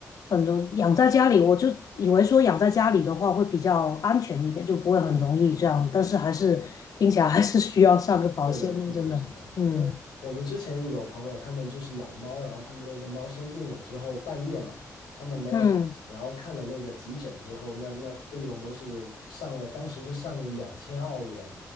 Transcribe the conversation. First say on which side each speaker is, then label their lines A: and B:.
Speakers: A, on the left; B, on the left.
A: 很容养在家里，我就以为说养在家里的话会比较安全一点，就不会很容易这样，
B: 嗯，
A: 但是还是听起来还是需要上个保险的，
B: 是的，是的，
A: 真的，
B: 是的，
A: 嗯
B: 因为我们之前有朋友，他们就是养猫，然后他们那个猫生病了之后，半夜嘛，他们没有保险，
A: 嗯
B: 然后看了那个急诊之后，那那费用都是上了，当时是上了两千澳元，